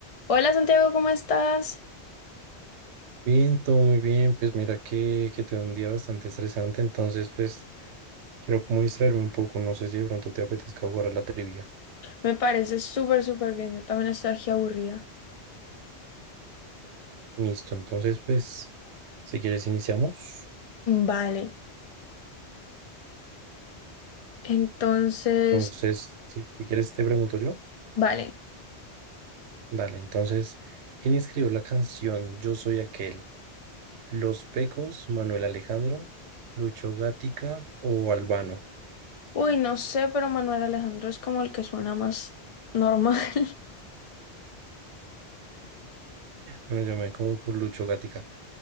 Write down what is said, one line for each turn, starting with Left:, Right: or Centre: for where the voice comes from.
Left: Hola Santiago, ¿cómo estás?
Right: Bien, todo muy bien. Pues mira que, que tuve un día bastante estresante, entonces pues quiero como distraerme un poco. No sé si de pronto te apetezca jugar a la trivia.
Left: Me parece súper, súper bien. Yo también estoy aquí aburrida.
Right: Listo, entonces pues si quieres iniciamos.
Left: Vale, entonces,
Right: Entonces, sí, si quieres te pregunto yo.
Left: vale.
Right: Dale, entonces, ¿quién escribió la canción Yo soy aquel? ¿Los Pecos, Manuel Alejandro, Lucho Gatica o Albano?
Left: Uy, no sé, pero Manuel Alejandro es como el que suena más normal. <laughs>
Right: Bueno, yo me como por Lucho Gatica.